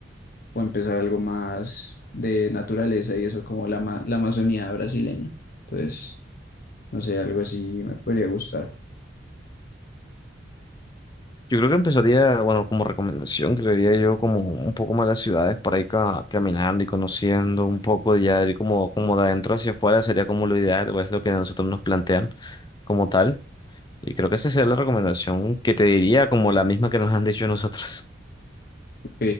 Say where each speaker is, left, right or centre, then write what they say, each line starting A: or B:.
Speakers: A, on the left; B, on the left.
A: o empezar algo más de naturaleza y eso como la, ma- la Amazonía brasileña. Entonces, no sé, algo así me podría gustar.
B: Yo creo que empezaría, bueno, como recomendación, creería yo como un poco más las ciudades para ir ca- caminando y conociendo un poco y ya ir como, como de adentro hacia afuera sería como lo ideal o es lo que a nosotros nos plantean como tal. Y creo que esa sería la recomendación que te diría como la misma que nos han dicho nosotros.
A: Ok,